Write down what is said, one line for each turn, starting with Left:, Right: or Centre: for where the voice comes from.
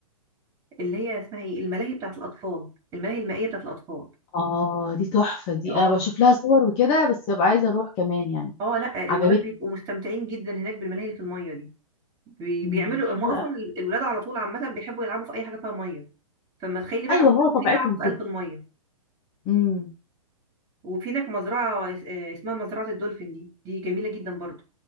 Right: اللي هي اسمها ايه الملاهي بتاعت الاطفال الملاهي المائيه بتاعت الاطفال
Left: اه دي تحفة دي
Right: اه
Left: انا بشوف لها صور وكده بس ببقى عايزة اروح كمان يعني
Right: اه لا الولاد
Left: عجبتني
Right: بيبقوا مستمتعين جدا هناك بالملاهي اللي في الميه دي بي-
Left: امم
Right: بيعملوا
Left: حلوة
Right: هم اصلا
Left: قوي
Right: ال- الولاد على طول عامه بيحبوا يلعبوا في اي حاجه فيها ميه فما تخيلي بقى
Left: ايوه
Right: بيبقوا
Left: هو طبيعتهم
Right: في لعب في قلب
Left: كده
Right: الميه
Left: امم
Right: وفي هناك مزرعه اس- آه، اسمها مزرعه الدولفين دي دي جميله جدا برضو